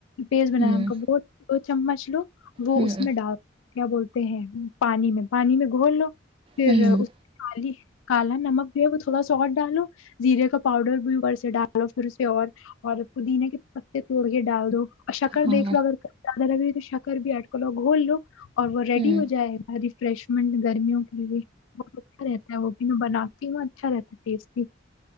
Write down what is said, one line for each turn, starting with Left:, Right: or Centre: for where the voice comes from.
Left: پیز بنا
Right: ہوں
Left: ہم کا بہت وہ چمچ لو وہ
Right: ہوں
Left: اس میں ڈال کیا بولتے ہیں پانی میں پانی میں گھول لو پھر
Right: ہوں
Left: اسالی <unintelligible> کالا نمک بھییا ہے وہ تھوڑا سالٹ ڈالو زیرے کا پاؤڈر بھی اور سے ڈالو پھر اس پی اور پودیین کے پتے توڑ کے ڈال دو اشا کر
Right: ہاں
Left: دیکھ وغیرہ کرتا لگ شکر بھی اٹک لوگ گول لوگ اور وہ ریڈی
Right: ہوں
Left: ہو جائے ہے بارف فریشمنٹ گرمیوں کے بہت اچھا رہتا ہے وہ بھی میں بناتی ہوں اچھا رہتا ہے ٹیسٹی